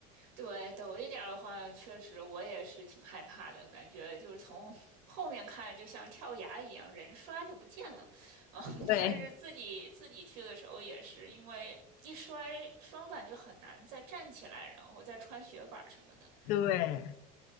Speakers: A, on the right; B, on the left.
A: 对陡一点儿的话，确实我也是挺害怕的，感觉就是从后面看就像跳崖一样，人刷就不见了。啊、嗯 <laughs>
B: <laughs> 对
A: 但是自己自己去的时候也是，因为一摔双板就很难再站起来，然后再穿雪板什么的。
B: 对。